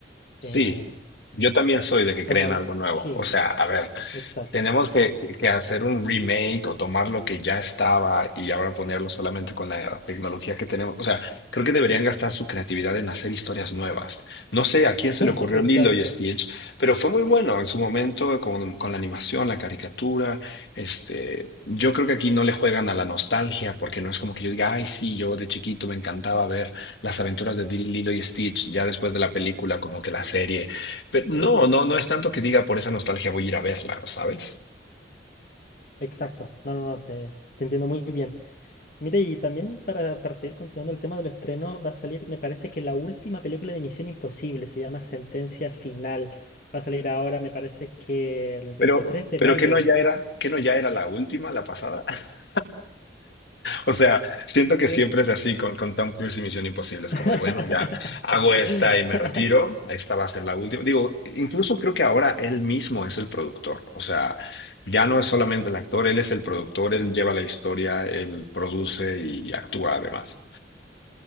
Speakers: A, on the left; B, on the left.
A: Sí,
B: eh,
A: yo también soy de que
B: total,
A: creen algo nuevo.
B: sí,
A: O sea, a ver.
B: exacto,
A: Tenemos que, que- que hacer un remake o tomar lo que ya estaba y ahora ponerlo solamente con la tecnología que tenemos. O sea, creo que deberían gastar su creatividad en hacer historias nuevas. No sé a quién
B: <laughs>
A: se le ocurrió Lilo y Stitch,
B: exacto,
A: pero fue muy bueno en su momento con, con la animación, la caricatura. Este, yo creo que aquí no le juegan a la nostalgia porque no es como que yo diga, ay, sí, yo de chiquito me encantaba ver las aventuras de Lilo y Stitch ya después de la película, como que la serie. Pero no, no, no es tanto que diga por esa nostalgia voy a ir a verla, ¿sabes?
B: exacto. No, no, no, te, te entiendo muy bien. Mire, y también para, para seguir continuando el tema del estreno, va a salir, me parece que la última película de Misión Imposible se llama Sentencia Final. Va a salir ahora, me parece que el 23
A: Pero,
B: de
A: pero
B: mayo.
A: que no ya era, que no ya era la última, la pasada. <laughs> O sea, siento que
B: Uy.
A: siempre es así con, con Tom Cruise y Misión Imposible. Es
B: <laughs>
A: como de, bueno, ya hago esta y me retiro. Esta va a ser la última. Digo, incluso creo que ahora él mismo es el productor. O sea, ya no es solamente el actor, él es el productor, él lleva la historia, él produce y actúa además.